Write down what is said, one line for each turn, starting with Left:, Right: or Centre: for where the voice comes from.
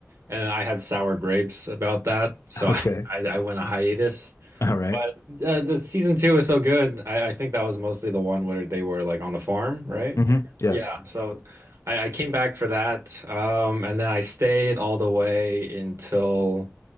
Right: and I had sour grapes about that, so
Left: <laughs> Okay.
Right: <laughs> I I I went a hiatus.
Left: All right.
Right: But uh, the season two was so good. I, I think that was mostly the one where they were like on the farm, right?
Left: Mm-hmm. Yeah.
Right: Yeah. So I, I came back for that, um, and then I stayed all the way until